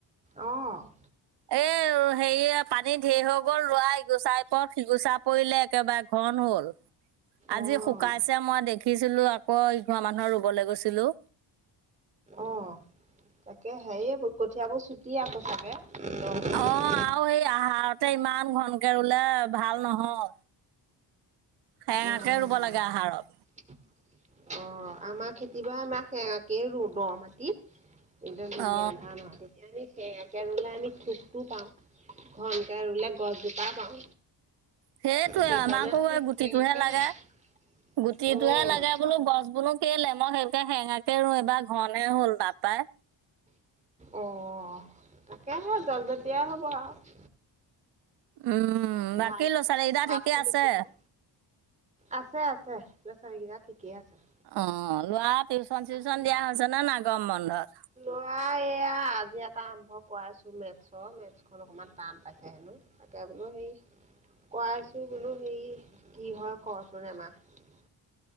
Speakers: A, on the right; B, on the right.
A: অ'।
B: এই হেৰি পানী ঢেৰ হৈ গ'ল, ৰোৱা গুচাইপৰত সিগুচা পৰিলে একেবাৰে ঘন হ'ল, আজি
A: অ',
B: শুকাইছে মই দেখ খিকিছিলোঁ, আকৌ ইঘৰ মানুহৰ ৰুবলৈ গৈছিলোঁ।
A: অ', তাকে হেৰি কঠিয়াবোৰ চুটি আকৌ চাগে। মাটি।
B: অ', আৰু সেই আহাৰতে ইমান ঘনকে ৰুলে ভাল নহয়। সেৰেঙাকে
A: অ'।
B: ৰুব লাগে আহাৰত
A: অ', আমাৰ খেতি বা আমাৰ <unintelligible> ৰুৱ মাটিত। একদম ধুনীয়া
B: অ
A: ধান হয়, <unintelligible> সেয়াকে ৰুলে, আমি থুকটো পাওঁ, ঘনকে ৰুলে গছজোপা পাওঁ।
B: সেইটয়ে
A: সেইকাৰণে
B: আমাকো
A: আমি
B: গুটিটোহে
A: সেয়াকে
B: লাগে
A: <inaudible>
B: গুটিটোৱে
A: অ',
B: লাগে বোলো গছ বোলো কেলে, মই সেয়ে হেঙাকে ৰুই, এইবাৰ ঘনে হ'ল বাপাই।
A: অ', তাকেহে জলজলিয়া হ'ব আৰু।
B: উম, বাকী
A: ধানটো
B: ল'ৰা ছোৱালী কেইটা
A: পাতটো
B: ঠিকে আছে?
A: বেছি হ'ব। আছে আছে, ল'ৰা ছোৱালী কেইটা ঠিকে আছে।
B: অ', লৰা টিউচন চিউচন
A: আপোনাৰ
B: দিয়া হৈছে নে গৰম বন্ধত?
A: লৰা এয়া আজি এটা আৰম্ভ কৰাইছো মেথছৰ মেথ মেথখন অকণমান টান পাইছে হেনো, তাকে বোলো সেই কৰাইছো বোলো, হেৰি কি হয় কৰচোন, এমাহ।